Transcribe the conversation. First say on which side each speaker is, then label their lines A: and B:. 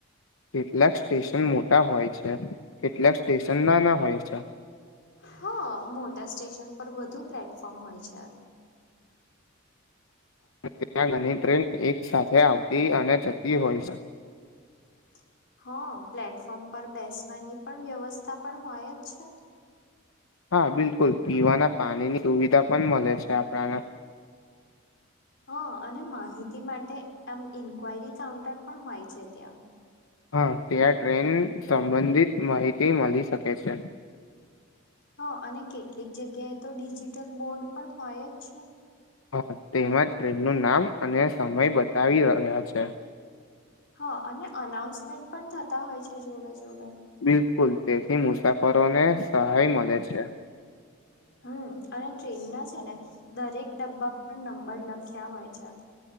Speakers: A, on the left; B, on the left.
A: કેટલાક સ્ટેશન મોટા હોય છે. કેટલાક સ્ટેશન નાના હોય છે.
B: હા મોટા સ્ટેશન પર વધુ પ્લેટફોર્મ હોય છે.
A: ત્યાં ગણી ટ્રેન એક સાથે આવતી અને જતી હોય છે.
B: હ હં પ્લેટફોર્મ પર બેસવાની પણ વ્યવસ્થા પણ હોય જ છે.
A: હાં, બિલકુલ પીવાના પાણીની સુવિધા પન મલે છે આપણાને
B: હં અને માહિતી માટે આમ ઇન્ક્વાયરી કાઉન્ટર પણ હોય છે ત્યાં
A: હાં ત્યાં ટ્રેન સંબંધિત માહિતી મલી શકે છે.
B: હાં અને કેટલીક જગ્યાએ તો ડિજિટલ બોર્ડ પણ હોય જ છે.
A: હા તેમાં ટ્રેનનું નામ અને સમય બતાવી રહ્યા છે.
B: હા અને અનાઉન્સમેન્ટ પણ થતા હોય છે જોડે જોડે
A: બિલકુલ તેથી મુસાફરોને સહાય મલે છે.
B: હમ્મ અને ટ્રેનના છે ને દરેક ડબ્બા પર નંબર લખ્યા હોય ચ્છા.